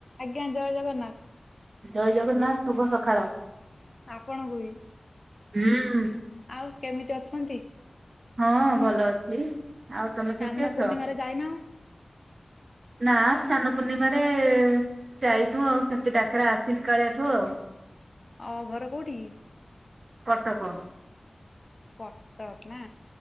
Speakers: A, on the left; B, on the right.
A: ଆଜ୍ଞା ଜୟ ଜଗନ୍ନାଥ।
B: ଜୟ ଜଗନ୍ନାଥ ଶୁଭ ସଖାଳ।
A: ଆପଣଙ୍କୁ ବି
B: ହୁଁ
A: ଆଉ କେମିତି ଅଛନ୍ତି?
B: ହଁ ଭଲ ଅଛି। ଆଉ ତମେ କେମିତି
A: ସ୍ନାନ
B: ଅଛ?
A: ପୂର୍ଣ୍ଣିମାରେ ଯାଇନ?
B: ନା ସ୍ନାନ ପୂର୍ଣ୍ଣିମାରେ ଯାଇନୁ ଆଉ ସେମିତି ଡାକରା ଆସିନି କାଳିଆଠୁ ଆଉ।
A: ଆଉ ଘର କୋଉଠି?
B: କଟକ।
A: କଟକ ନା?